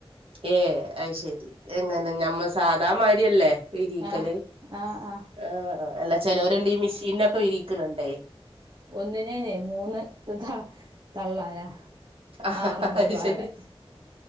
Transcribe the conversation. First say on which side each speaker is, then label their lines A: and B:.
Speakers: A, on the right (about 65°); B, on the right (about 45°).
A: ഏ അഹ് ശെരി എങ്ങനെ ഞമ്മ സാദാമാരിയല്ലേ വിരീക്കല്
B: ആഹ് ആഹ് ആഹ്
A: ആ അല്ല ചേലോര്ണ്ട് ഈ മീഷീനൊക്കെ വിരിക്ണ്ണ്ണ്ടേ
B: ഒന്നിനെയ് മൂന്ന് ത തള്ളാരാ
A: ആ
B: ആറെണ്ണം
A: അഹ്
B: പാടെ
A: ശെരി